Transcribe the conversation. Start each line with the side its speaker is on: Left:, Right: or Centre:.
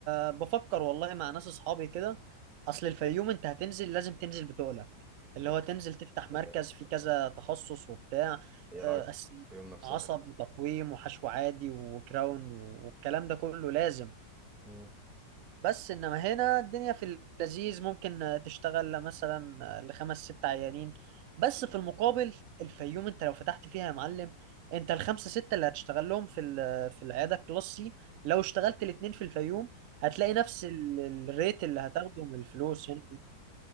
Right: أه بفكر والله مع ناس أصحابي كده أصل الفيوم أنت هتنزل لازم تنزل بتقلك اللي
Centre: دي
Right: هو تنزل تفتح
Centre: حاجه
Right: مركز فيه كذا تخصص وبتاع
Centre: هي عايز
Right: آه، أس-
Centre: الفيوم نفسها
Right: عصب وتقويم وحشو عادي وكراون والكلام ده كله لازم
Centre: امم
Right: بس انما هنا الدنيا في اللذيذ ممكن تشتغل مثلا لخمس ست عيانين بس في المقابل الفيوم انت لو فتحت فيها يا معلم انت الخمسه سته اللي هتشتغل لهم في ال- في العياده الكلاس سي لو اشتغلت الاتنين في الفيوم هتلاقي نفس ال- الريت اللي هتاخده من الفلوس يعني